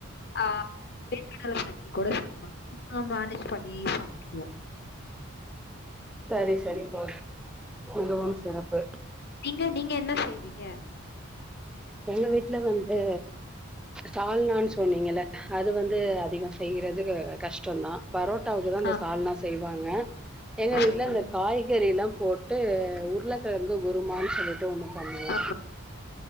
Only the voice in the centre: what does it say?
சரி சரி தோழி மிகவும் சிறப்பு
எங்க வீட்ல வந்து சால்னான்னு சொன்னீங்கல அது வந்து அதிகோ செய்யறது கஷ் டோந்தா பரோட்டாவுக்குதா இந்த
சால்னா செய்வாங்க எங்க வீட்ல
இந்த காய் கறிலா போட்டு உருளைக்கெழங்கு குருமான்னு சொல்லிட்டு ஒண்ணு பண்ணுவோ